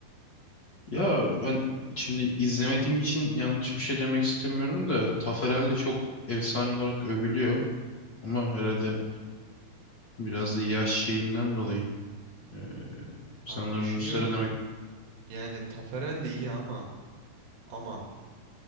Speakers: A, on the left; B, on the right.
A: Ya ben şimdi izlemediğim için yanlış bir şey demek istemiyorum da Taferel de çok efsane olarak övülüyor. Ama herhalde biraz da yaş şeyinden dolayı. Ee, sanırım
B: Abi düşünüyorum.
A: Muslera demek.
B: Yani Taferel de iyi ama ama